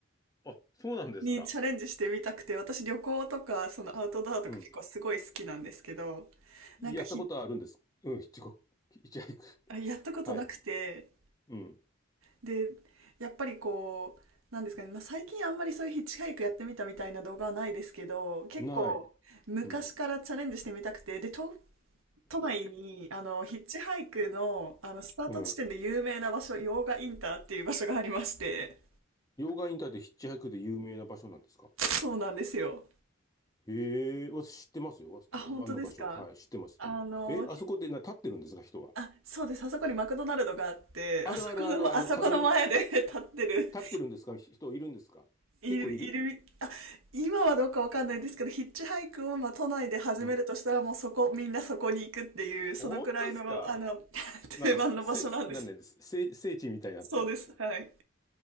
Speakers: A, on the left; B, on the right.
A: あ、そうなんですか。
B: にチャレンジしてみたくて、私旅行とか、そのアウトドアとか結構すごい好きなんですけど、
A: うん。やったことはあるんです。
B: なんかひ、
A: うん、ヒッチコヒッチハイク。
B: あやったことなくて、
A: はい。うん。
B: で、やっぱりこう、なんですかね、まあ、最近あんまりそういうヒッチハイクやってみたみたいな動画はないですけど、結構昔からチャレンジしてみたくて、
A: ない。うん。
B: で、都、都内に、あの、ヒッチハイクの、あの、スタート地点で有名な場所、
A: うん。
B: 用賀インターっていう場所がありまして、
A: 溶岩インターってヒッチハイクで有名な場所なんですか
B: そうなんですよ。
A: へえ、私知ってますよ。わあの場所。
B: あ、本当ですかあの、
A: はい、知ってます、知ってます。え、あそこでな、立ってるんですか、人が。
B: あ、そうです。あそこにマクドナルドがあって、
A: あるあるある、
B: あそこの、
A: あの、
B: あそこの前で
A: 角に
B: <laughs> 立ってる、
A: 立ってるんですか人いるんですか結構いる
B: いる、いる、あ、今はどうかわかんないんですけど、ヒッチハイクを、まあ、都内で始めるとしたら、
A: うん。
B: もうそこ、みんなそこに行くっていう、そのくらいの、
A: 本当ですか
B: あの、<laughs>
A: なんか、
B: 定番の場所なんです。
A: せ、せなんでです聖、聖地みたいになってんですか
B: そうです。はい。